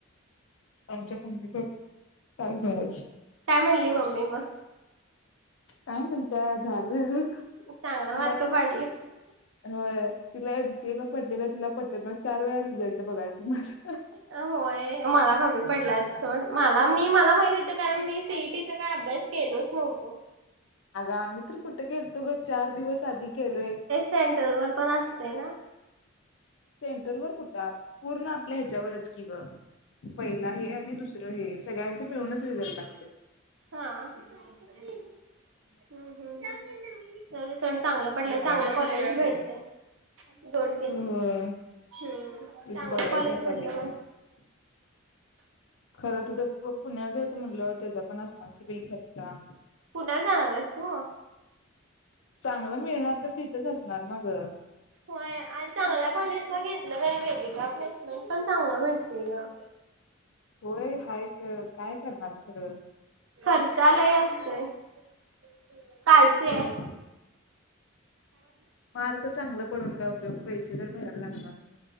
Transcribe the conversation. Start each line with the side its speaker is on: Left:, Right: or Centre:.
Left: आमच्या मम्मी पप्पा चं काय बोलायचं? <inaudible>
Right: काय म्हणली मम्मी मग
Left: काय म्हणत्या? झालं <unintelligible>
Right: तु चांगले
Left: तिला
Right: मार्क पाडलेस ना.
Left: होय. तिला एम सी ए ला पडलेलं तिला पट ना, चार वेळा रिझल्ट बघाल ती माझा.
Right: होय. मला कमी पडलाय सोड. मला मी मला माहित होतं, कारण मी सीईटीचा काय अभ्यास केलोच नव्हतो.
Left: अग आम्ही तर कुठे केलतो ग? चार दिवस आधी केलोय.
Right: सेंटर वर पण असतंय ना.
Left: सेंटर वर कुठं? पूर्ण आपल्या ह्याच्यावरच की गं. पहिला हे, आणि दुसरा हे, सगळ्यांचं मिळूनच रिझल्ट लागतोय.
Right: हा. हम्म हम्म् हम्म. तरी सण चांगला पडलाय चांगलं कॉलेज भेटतंय. दोडक्याची.
Left: होय
Right: हम्म,
Left: तेच
Right: चांगलं
Left: बघायचं
Right: कॉलेज
Left: आता
Right: भेटलं
Left: बी
Right: बस
Left: <inaudible> खरं तिथं पु पुण्याला जायचं म्हणल्यावर, त्याचा पण असणार कि, बा खर्चा
Right: पुण्याला जाणार आहेस तू?
Left: चांगलं मिळणार तर तिथंच असणार ना गं.
Right: होय. आणि चांगल्या कॉलेजला घेत तुला काही माहिती का? प्लेसमेंट पण चांगलं भेटतंय गं.
Left: होय. हाय क काय करणार खरं?
Right: खर्चा लय असतोय. <inaudible> कालचे
Left: एवढं मार्क चांगलं पडून काय उपयोग, पैसे तर भरायला लागणार.